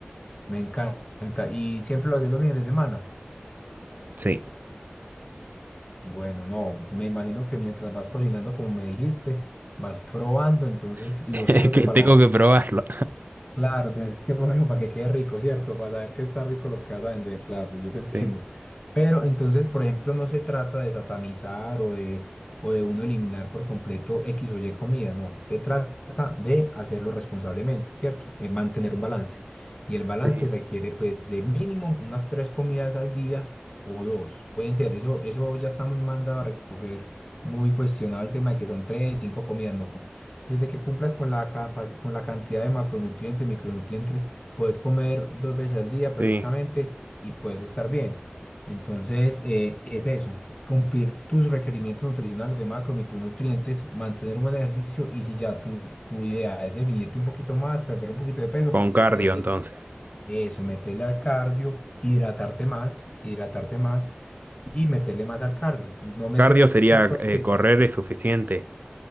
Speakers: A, on the left; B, on the right.
A: Me encanta. ¿Y siempre lo haces los fines de semana?
B: Sí,
A: Bueno, no, me imagino que mientras vas cocinando, como me dijiste, vas probando, entonces,
B: <laughs>
A: y
B: es
A: vos que sos
B: que
A: de paladar
B: tengo que probarlo.
A: Claro, tenés que probarlo para que quede rico, ¿cierto? Para saber que está rico lo que vas a vender, claro, yo te entiendo.
B: Sí,
A: Pero entonces, por ejemplo, no se trata de satanizar o de, o de uno eliminar por completo X o Y comida, no. Se trata de hacerlo responsablemente, ¿cierto? Eh, mantener un balance. Y el balance
B: sí,
A: requiere, pues, de mínimo unas tres comidas al día o dos. Pueden ser, eso, eso ya está muy mandado a recoger, muy cuestionado el tema de que son tres, cinco comidas, no. Desde que cumplas con la capaci- con la cantidad de macronutrientes, micronutrientes, puedes comer dos veces al día perfectamente
B: sí.
A: y puedes estar bien. Entonces, eh, es eso, cumplir tus requerimientos nutricionales de macro, micronutrientes, mantener un buen ejercicio y si ya tu, tu idea es definirte un poquito más, perder un poquito de peso,
B: Con cardio
A: entonces
B: entonces.
A: eso, meterle al cardio, hidratarte más, hidratarte más y meterle más al cardio, no meterle
B: Cardio sería
A: tanto al
B: eh,
A: peso
B: correr es suficiente.